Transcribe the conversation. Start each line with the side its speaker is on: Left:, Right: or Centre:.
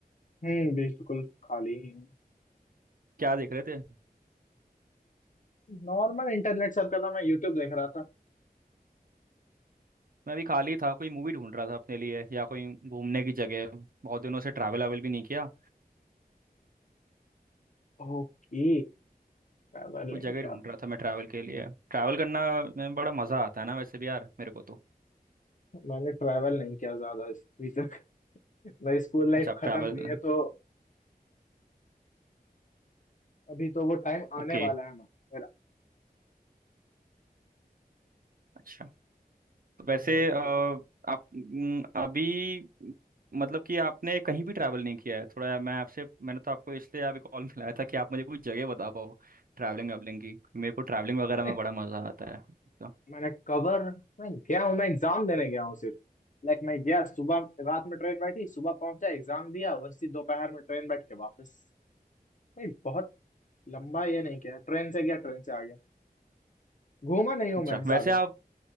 Left: हम्म बिल्कुल खाली ही हूँ
Right: क्या देख रहे थे
Left: नॉर्मल इंटरनेट सर्फ कर रहा मैं यूट्यूब देख रहा था
Right: मैं भी खाली था कोई मूवी ढूंढ रहा था अपने लिए या कोई घूमने की जगह बहुत दिनों से ट्रैवल अवेल भी नहीं किया
Left: ओके ट्रैवल
Right: कोई
Left: नहीं
Right: जगह
Left: किया
Right: ढूंढ
Left: आपने
Right: रहा था मैं ट्रैवल के लिए ट्रैवल करना में बड़ा मज़ा आता है ना वैसे भी यार मेरे को तो
Left: मैंने ट्रैवल नहीं किया ज्यादा अभी तक <laughs> मेरी स्कूल लाइफ
Right: अच्छा आप
Left: खत्म
Right: ट्रैवल
Left: हुई है तो अभी तो वो टाइम आने
Right: ओके
Left: वाला है हमारा
Right: अच्छा तो वैसे
Left: मेरा ओके
Right: अ, आप न- अभी मतलब कि आपने कहीं भी ट्रैवल नहीं किया है थोड़ा मैं आपसे मैंने तो आपको इसलिए आप कॉल <laughs> मिलाया था कि आप मुझे कोई जगह बता पाओ ट्रैवलिंग वैवलिंग की मेरे को ट्रैवलिंग वगैरह
Left: मैंने
Right: में बड़ा मज़ा आता है तो
Left: मैंने कवर मैं गया हूँ मैं एग्जाम देने गया हूँ सिर्फ लाइक मैं गया सुबह रात में ट्रेन बैठी सुबह पहुंचा एग्जाम दिया वैसे ही दोपहर में ट्रेन बैठ के वापस नहीं बहुत लंबा ये नहीं किया ट्रेन से गया ट्रेन से आ गया घूमा नहीं हूँ
Right: अच्छा
Left: मैं ज्यादा
Right: वैसे आप